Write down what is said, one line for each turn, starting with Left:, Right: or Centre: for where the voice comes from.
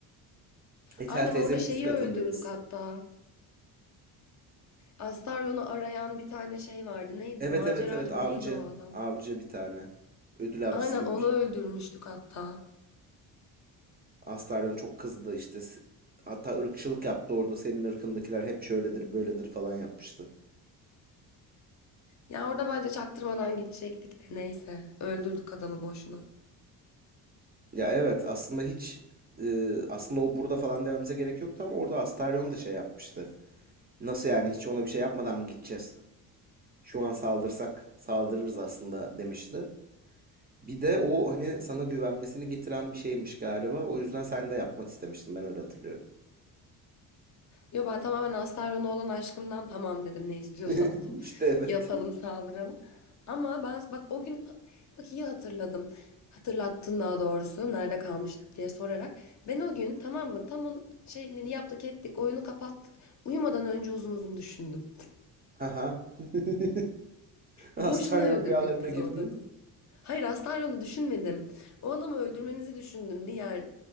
Right: Etel
Left: Aynen
Right: teyzenin
Left: orada şeyi
Right: üst katındayız.
Left: öldürdük hatta. Astarion'u arayan bir tane şey vardı. Neydi?
Right: Evet
Left: Maceracı
Right: evet evet avcı.
Left: mı? Neydi o adam?
Right: Avcı bir tane. Ödül avcısı
Left: Aynen
Right: gibi
Left: onu
Right: bir şey.
Left: öldürmüştük hatta.
Right: Astaryon çok kızdı işte. S- Hatta ırkçılık yaptı orada. Senin ırkındakiler hep şöyledir böyledir falan yapmıştı.
Left: Ya orada bence çaktırmadan gidecektik de neyse. Öldürdük adamı boşuna.
Right: Ya evet aslında hiç e, aslında o burada falan dememize gerek yoktu ama orada Astaryon da şey yapmıştı. Nasıl yani hiç ona bir şey yapmadan mı gideceğiz? Şu an saldırsak saldırırız aslında demişti. Bir de o hani sana güvenmesini getiren bir şeymiş galiba. O yüzden sen de yapmak istemiştin. Ben öyle hatırlıyorum.
Left: Yo ben tamamen Astarion'a olan aşkımdan tamam dedim ne istiyorsan
Right: <laughs> İşte
Left: <laughs>
Right: evet.
Left: yapalım saldıralım. Ama ben bak o gün bak iyi hatırladım. Hatırlattın daha doğrusu nerede kalmıştık diye sorarak. Ben o gün tamam mı tam o şeyleri yaptık ettik oyunu kapattık. Uyumadan önce uzun uzun düşündüm.
Right: Haha. <laughs> Astaryon
Left: Boşuna öldürdük
Right: rüyalarına
Left: biz
Right: girdi.
Left: o adamı. Hayır Astaryon'u düşünmedim. O adamı öldürmemizi düşündüm. Diğer